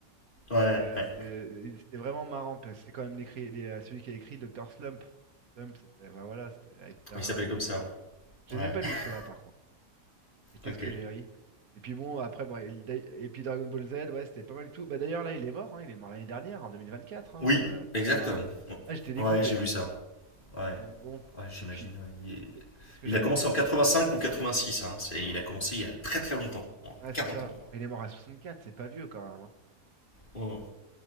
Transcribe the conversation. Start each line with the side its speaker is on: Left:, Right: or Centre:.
Left: ouais,
Right: Donc euh,
Left: ouais.
Right: c'était il- c'était vraiment marrant parce que c'était quand même l'écrit les- euh, celui qui a écrit Docteur Slump. Slump c'était enfin, voilà, c'était avec Carral
Left: Il s'appelle comme
Right: et
Left: ça.
Right: tout. Je
Left: Ouais.
Right: les ai pas lus
Left: <laughs>
Right: ceux-là par contre. Mais qu'est-ce
Left: Ok.
Right: que j'ai ri. Et puis bon après bon et, le Dai- et puis Dragon Ball Z ouais, c'était pas mal du tout. Bah d'ailleurs là il est mort hein, il est mort l'année dernière en 2024 hein,
Left: Oui,
Right: euh,
Left: exactement.
Right: Toyama. hein. Ah, j'étais dégoûté
Left: Ouais, j'ai
Right: hein.
Left: vu ça. Ouais,
Right: Donc bon
Left: ouais, j'imagine.
Right: et puis
Left: ouais. Il, est-
Right: euh, parce que
Left: il
Right: j'ai
Left: a
Right: regardé
Left: commencé
Right: Dra-
Left: en 85 ou 86. Hein. C'est- Il a commencé il y a très très longtemps. hein.
Right: Ah, c'est
Left: quarante
Right: ça.
Left: ans.
Right: Mais il est mort à 64, c'est pas vieux quand même. hein.
Left: Moi,